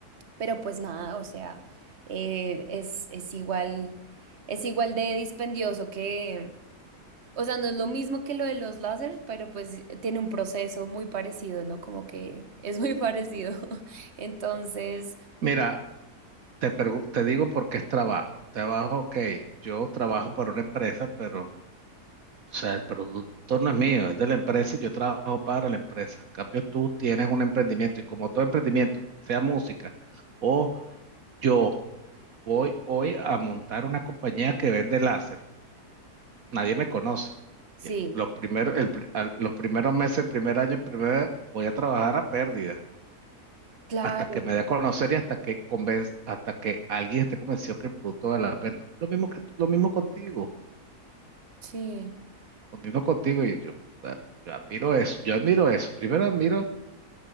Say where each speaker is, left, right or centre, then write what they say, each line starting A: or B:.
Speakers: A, on the right (about 45°); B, on the right (about 65°).
A: pero pues nada, o sea, eh, es es igual es igual de dispendioso que o sea, no es lo mismo que lo de los láser, pero pues tiene un proceso muy parecido, ¿no? Como que es muy <laughs> parecido. <laughs> Entonces,
B: Mira, te, pregun- te digo por qué es trabajo. Trabajo, ok, yo trabajo para una empresa, pero o sea, el producto no es mío, es de la empresa y yo trabajo para la empresa. En cambio, tú tienes un emprendimiento y como todo emprendimiento, sea música o yo voy hoy a montar una compañía que vende láser. nadie me conoce.
A: sí,
B: Y Lo primero, el, pri- al- los primeros meses, el primer año, el primer, voy a trabajar a pérdida
A: claro,
B: hasta que me dé a conocer y hasta que convenz- hasta que alguien esté convencido que el producto vale la pena. Lo mismo que tú- lo mismo contigo,
A: sí,
B: lo mismo contigo y yo, bueno, yo admiro eso, yo admiro eso. Primero admiro